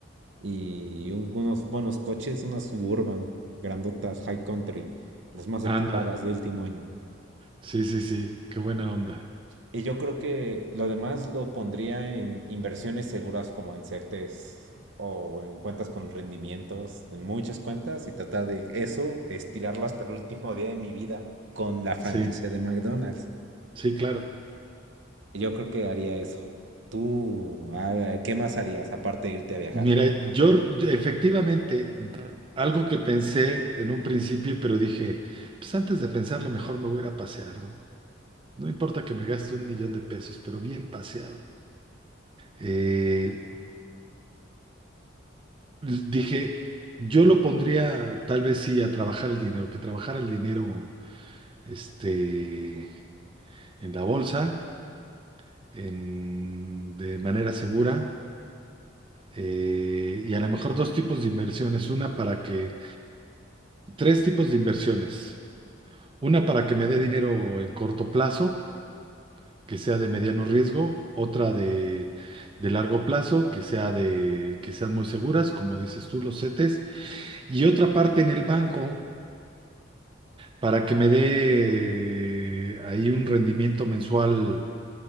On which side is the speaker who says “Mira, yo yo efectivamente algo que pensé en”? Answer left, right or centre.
Right